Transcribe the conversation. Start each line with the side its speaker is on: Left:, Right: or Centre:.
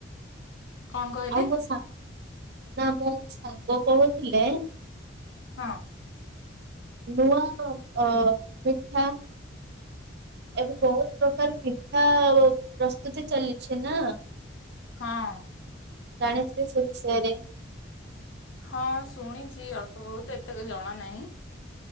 Left: କଣ କହିଲେ
Right: ଆଉ ମୋ ସାଙ୍ଗ ନା ମୋ ସାଙ୍ଗ କହୁଥିଲେ
Left: ହଁ।
Right: ନୂଆ ଅ ପିଠା ଏବେ ବହୁତ ପ୍ରକାର ମିଠା ପ୍ରସ୍ତୁତି ଚାଲିଛି ନା।
Left: ହଁ।
Right: ଜାଣିଥିବେ ସେ ବିଷୟରେ
Left: ହଁ ଶୁଣିଛି ଅଳ୍ପ ବହୁତ ଏତେତ ଜଣା ନାହିଁ।